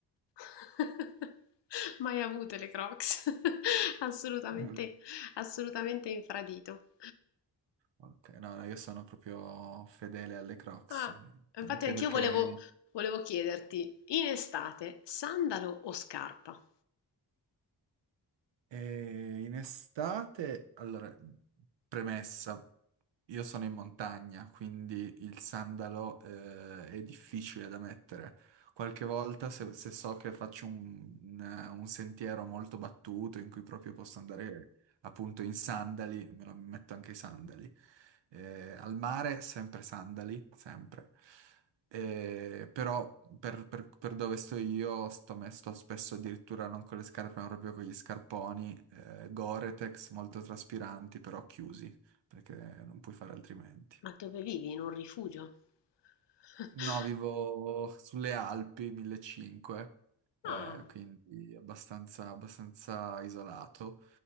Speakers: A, on the left (about 65°); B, on the right (about 70°).
A: <laughs> Mai avute le Crocs. <laughs> Assolutamente,
B: <laughs> eh,
A: assolutamente infradito.
B: Ok, no, no, io sono proprio fedele alle Crocs,
A: Ah, infatti
B: anche
A: anch'io
B: perché
A: volevo, volevo chiederti, in estate, sandalo o scarpa?
B: E in estate, allora, premessa, io sono in montagna, quindi il sandalo, eh, è difficile da mettere. Qualche volta, se, se so che faccio un, un un sentiero molto battuto in cui proprio posso andare appunto in sandali, me lo metto anche i sandali. Eh, al mare, sempre sandali, sempre. Eh, però per, per- per dove sto io sto, me- sto spesso addirittura non con le scarpe ma proprio con gli scarponi eh, Gore-Tex molto traspiranti però chiusi perché non puoi fare altrimenti.
A: Ma dove vivi? In un rifugio? <laughs>
B: No, vivo sulle Alpi 1500 eh,
A: Ah,
B: quindi abbastanza, abbastanza isolato